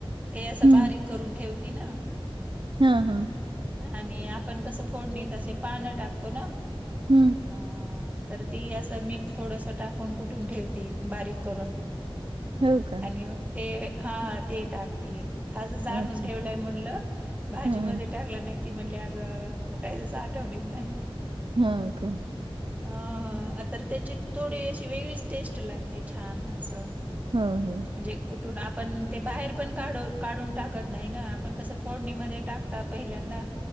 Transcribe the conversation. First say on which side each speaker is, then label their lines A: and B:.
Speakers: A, on the right (about 15°); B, on the right (about 60°).
A: ते असं,
B: हम्म
A: बारीक करून ठेवती ना.
B: हा, हा.
A: आणि आपण कसं फोडणी असे, पान टाकतो ना
B: हम्म
A: आ. तर ती असं मीठ थोडस टाकून कुठून ठेवती, बारीक करून.
B: हो का
A: आणि मग ते, हा ते टाक. ती आज आणून
B: अच्छा
A: ठेवलंय म्हणलं भाजी
B: हा
A: मध्ये. टाकलं नाही ते म्हणली अगं, कुठंय स आठवणीत नाही.
B: हा का
A: अ... तर त्याची थोडी अशी, वेगळीच टेस्ट लागते छान असं.
B: हो. हो.
A: म्हणजे कुठून आपण ते, बाहेर पण काढू काढून टाकत नाही ना, आपण कसं फोडणीमध्ये टाक ता पहिल्यांदा,